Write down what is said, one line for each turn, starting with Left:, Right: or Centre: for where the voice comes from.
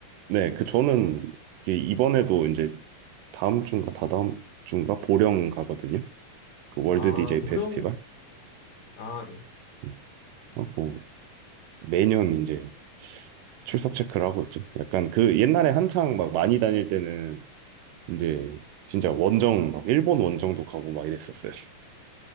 Right: 네, 그 저는 이게 이번에도 이제 다음 주인가 다다음 주인가 보령 가거든요. 그 월드
Left: 아,
Right: DJ
Left: 보령,
Right: 페스티벌.
Left: 아, 네.
Right: 음, 하고 매년 이제 출석 체크를 하고 있죠. 약간 그 옛날에 한창 막 많이 다닐 때는 이제 진짜 원정 막 일본 원정도 가고 막 이랬었어요.